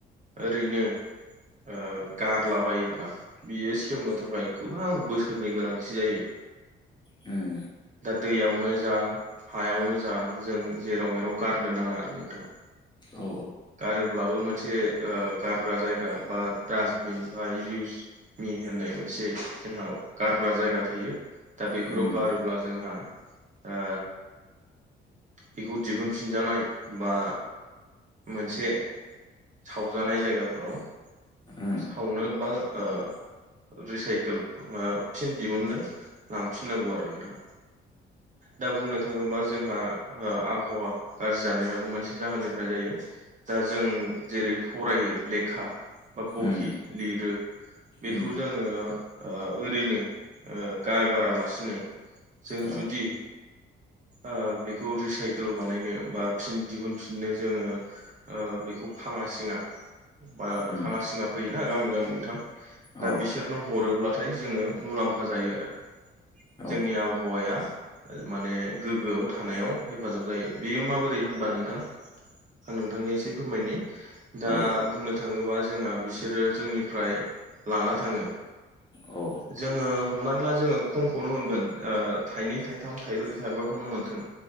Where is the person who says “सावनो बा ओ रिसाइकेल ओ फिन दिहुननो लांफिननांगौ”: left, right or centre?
Right